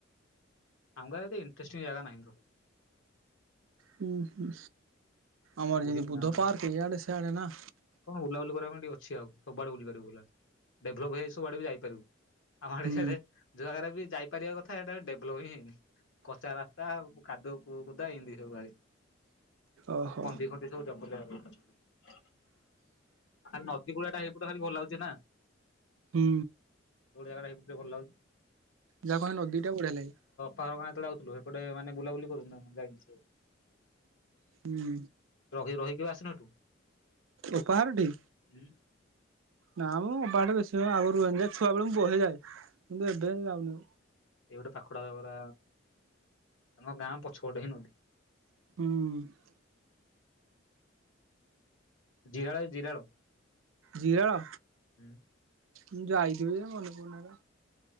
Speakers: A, on the left; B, on the right.
A: ଆମ ଗାଁ ରେ ଏତେ ଇଣ୍ଟଷ୍ଟିଂ ଜାଗା ନାହିଁ।
B: ହୁଁ ହୁ ଆମର
A: ବୋରିଂ
B: ଯେମିତି ବୁଦ୍ଧ
A: ଗାଁ ଟା
B: ପାର୍କ ଏଇ ଇଆଡେ ସେଆଡେ ନା।
A: କଣ ବୁଲାବୁଲି କରିବା ପାଇଁ ଟିକେ ଅଛି ଆଉ ସବୁଆଡେ ବୁଲି ପାରିବୁଲା, ଡେଲପ ହେଇଯ ସବୁଡେ ବି ଯାଇପାରୁବୁ। ଆମଡଆଡେ
B: ହୁଁ।
A: ଯୁଆଗାରେ ବି ଯାଇପାରିବା କଥା ସେଇଟା ଡେଭଲପ ହିଁ ହେଇନି। କଚା ରାସ୍ତା କାଦୁୁଅ କଦା ଏମିତି ସବୁ ଗାଡି।
B: ଓହୋ।
A: ଆମର ସେସବୁ <unintelligible> ଆ ନଦୀ କୂଳା ଟା ଏଇପଟେ ଖାଲି ଭଲ ଲାଗୁଛି ନା?
B: ହୁଁ।
A: କୋଉ ଜାଗାଟା ଏତେ ଭଲ ଲାଗୁଛି?
B: ଯାହା କହେ ନଦୀ ଟା ବଢିଆ ଲାଗେ।
A: ପାହାର ଗା ଯାଉଥିଲୁ ଏପଟେ ମାନେ ବୁଲାବୁଲି କରୁ ଯାଇ
B: ହୁଁ।
A: ରଗଇ ରହିକି କେବେ ଆସନ ଏଠୁ।
B: ଉପହାରଟି
A: ହୁଁ।
B: ନା ମୁଁ ଅ ବାଟେ ବେଶୀ ହ ଆଗରୁ ରୁହନି ଯ ଛୁଆବେଳକୁ ବହେଇଯାଏ କିନ୍ତୁ ଏବେ ଯାଉନି।
A: ଏଇ ଗୋଟେ ପାଖଡାଗା ଆମ ଗାଁ ପଛ ଗଟେ ହିଁ ନଦୀ।
B: ହୁଁ।
A: ଜିରାଳ ଜିରାଳ
B: ଜିରାଳ।
A: ହୁଁ।
B: ମୁଁ ଯାଇଥିବି ଯେ ମନେ ପଡୁନି।